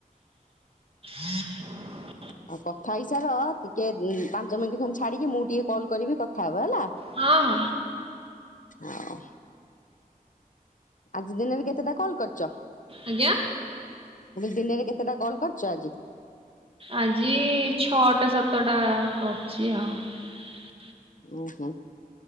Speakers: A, on the right (about 40°); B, on the left (about 60°).
A: <inaudible>
B: ଆଉ କଥା ହେଇସାର ଟିକେ ଉ ପାଞ୍ଚ ମିନିଟ୍ ଖଣ୍ଡ ଛାଡିକି ମୁଁ ଟିକେ କଲ କରିବି କଥାହବ ହେଲା
A: ହଁ ହଁ
B: ହଉ ଆଜି ଦିନରେ କେତେଟା କଲ କରଛ?
A: ଆଜ୍ଞା
B: ଦିନରେ କେତେଟା କଲ କରିଛ ଆଜି?
A: ଆଜି ଛଅଟା ସାତଟା କରଛି ଆଉ ।
B: ଓ ହୋ ।